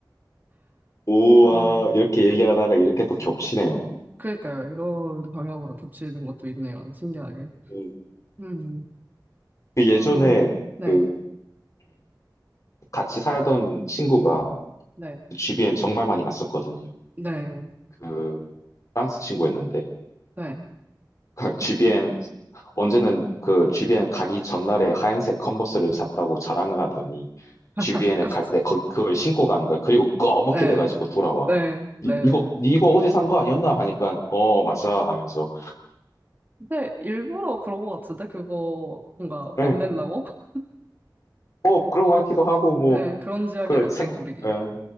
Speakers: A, on the left (about 45°); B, on the right (about 25°).
A: 우와,
B: <laughs> 아.
A: 이렇게 얘기하다가 이렇게 또 겹치네요.
B: 그러니까요. 이런 방향으로 겹치는 것도 있네요. 신기하게.
A: 음,
B: 음,
A: 그 예전에
B: 어, 네,
A: 그 같이 살던 친구가
B: 네,
A: 그 GBN 정말 많이 갔었거든요.
B: 네,
A: 그 프랑스 친구였는데
B: 네.
A: <laughs> GBN 언제는 그 GBN 가기 전날에 하얀색 컨버스를 샀다고 자랑을 하더니 GBN에
B: <laughs>
A: 갈 때 그걸 신고 가는 거야. 그리고 꺼멓게
B: 네,
A: 돼가지고 돌아와.
B: 네, 네.
A: 니- 이거
B: 네.
A: 니 이거 어제 산 거 아니었나 하니까 어 맞아 하면서
B: 근데 일부러 그런 것 같은데? 그거 뭔가
A: 예.
B: 멋내려고? <laughs>
A: 뭐 그런 것 같기도 하고 뭐
B: 네, 그런지하게
A: 그
B: 만들어
A: 생,
B: 버리기.
A: 예.